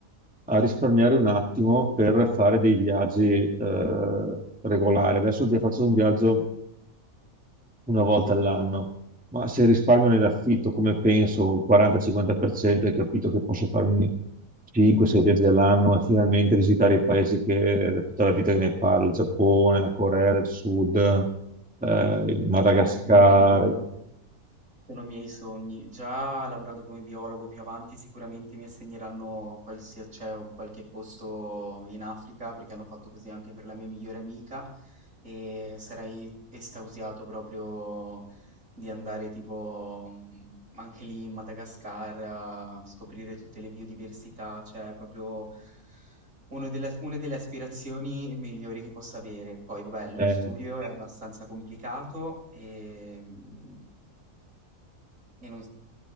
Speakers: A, in the centre; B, on the right.
A: a risparmiare un attimo per fare dei viaggi eh, regolari. Adesso già faccio un viaggio una volta all'anno, ma se risparmio nell'affitto, come penso, il 40-50%, hai capito che posso farmi 5-6 viaggi all'anno e finalmente visitare i paesi che da tutta la vita che ne parlo, il Giappone, la Corea del Sud, eh, il Madagascar.
B: Eh, anche quelli sono Sono miei sogni. Già lavorando come biologo più avanti sicuramente mi assegneranno qualsia- cioè, o qualche posto in Africa perché hanno fatto così anche per la mia migliore amica e sarei estasiato proprio di andare tipo mm, anche lì in Madagascar a scoprire tutte le biodiversità, cioè è proprio uno delle- una delle aspirazioni migliori che possa avere. Poi vabbè, lo
A: eh.
B: studio è abbastanza complicato e, mm, e non